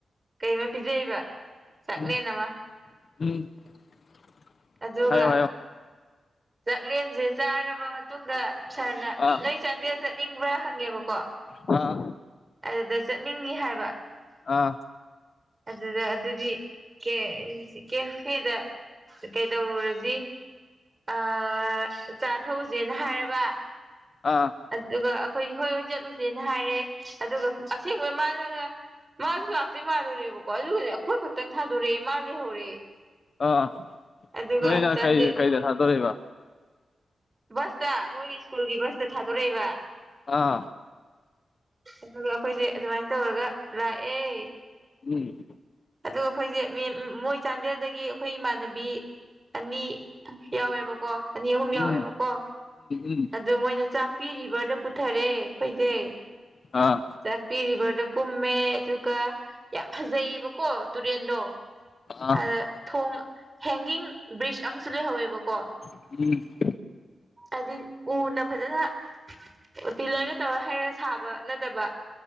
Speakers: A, on the right; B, on the left.
A: ꯀꯩꯃ ꯄꯤꯖꯩꯕ ꯆꯥꯛꯂꯦꯟ
B: <unintelligible>
A: ꯑꯃ ꯑꯗꯨꯒ
B: ꯍꯥꯏꯌꯣ ꯍꯥꯏꯌꯣ
A: ꯆꯥꯛꯂꯦꯟꯁꯦ ꯆꯥꯔꯕ ꯃꯇꯨꯡꯗ ꯁꯥꯔꯅ
B: ꯑꯥ
A: ꯅꯣꯏ ꯆꯥꯟꯗꯦꯜ ꯆꯠꯅꯤꯡꯕ꯭ꯔꯥ ꯍꯪꯉꯦꯕꯀꯣ
B: ꯑ
A: ꯑꯗꯨꯗ ꯆꯠꯅꯤꯡꯉꯤ ꯍꯥꯏꯕ
B: ꯑꯥ
A: ꯑꯗꯨꯗ ꯑꯗꯨꯒꯤ ꯀꯦ-ꯀꯦꯐꯦꯗ ꯀꯩꯗꯧꯔꯨꯔꯁꯤ ꯑꯥ ꯆꯥ ꯊꯛꯎꯁꯦꯅ ꯍꯥꯏꯔꯕ
B: ꯑꯥ
A: ꯑꯗꯨꯒ ꯑꯩꯈꯣꯏꯗꯤ ꯍꯣꯏ ꯍꯣꯏ ꯆꯠꯂꯨꯁꯦꯅ ꯍꯥꯏꯔꯦ ꯑꯗꯨꯒ ꯑꯁꯦꯡꯕꯩ ꯃꯥꯅꯒ ꯃꯥꯁꯨ ꯂꯥꯛꯇꯣꯏ ꯃꯥꯜꯂꯨꯔꯦꯕꯀꯣ ꯑꯗꯨꯒꯅꯦ ꯑꯩꯈꯣꯏ ꯈꯛꯇꯪ ꯊꯥꯗꯣꯔꯑꯦ ꯃꯥꯅ ꯂꯩꯍꯧꯔꯦ
B: ꯑꯥ
A: ꯑꯗꯨꯒ
B: ꯅꯣꯏꯅ
A: ꯆꯥꯟꯗꯦꯜ
B: ꯀꯩ ꯀꯩꯗ ꯊꯥꯗꯣꯔꯛꯏꯕ
A: ꯕꯁꯇ ꯃꯣꯏꯒꯤ ꯁ꯭ꯀꯨꯜꯒꯤ ꯕꯁꯇ ꯊꯥꯗꯣꯔꯛꯏꯕ
B: ꯑꯥ
A: ꯑꯗꯨꯒ ꯑꯩꯈꯣꯏꯁꯦ ꯑꯗꯨꯃꯥꯏꯟ ꯇꯧꯔꯒ ꯂꯥꯛꯑꯦ
B: ꯎꯝ
A: ꯑꯗꯨꯒ ꯑꯩꯈꯣꯏꯁꯦ ꯃꯤꯝ ꯃꯣꯏ ꯆꯥꯟꯗꯦꯜꯗꯒꯤ ꯑꯩꯈꯣꯏ ꯏꯃꯥꯟꯅꯕꯤ ꯑꯅꯤ ꯌꯥꯎꯋꯦꯕꯀꯣ ꯑꯅꯤ ꯑꯍꯨꯝ ꯌꯥꯎꯋꯦꯕꯀꯣ
B: ꯎꯝ ꯎꯝ
A: ꯑꯗꯣ ꯃꯣꯏꯅ ꯆꯥꯛꯄꯤꯔꯤꯕꯔꯗ ꯄꯨꯊꯔꯦ ꯑꯩꯈꯣꯏꯖꯦ
B: ꯑꯥ
A: ꯆꯥꯛꯄꯤꯔꯤꯕ꯭ꯔꯗ ꯀꯨꯝꯃꯦ ꯑꯗꯨꯒ ꯌꯥꯝ ꯐꯖꯩꯌꯦꯕ ꯀꯣ ꯇꯨꯔꯦꯟꯗꯣ
B: ꯑꯥ
A: ꯑꯗ ꯊꯣꯡ ꯍꯦꯡꯒꯤꯡ ꯕ꯭ꯔꯤꯖ ꯑꯃꯁꯨ ꯂꯩꯍꯧꯋꯦꯕꯀꯣ
B: <unintelligible>
A: ꯑꯗꯤ ꯎꯅ ꯐꯖꯅ ꯑꯣ ꯄꯤꯂꯔꯗ ꯇꯧꯔ ꯍꯩꯔ ꯁꯥꯕ ꯅꯠꯇꯕ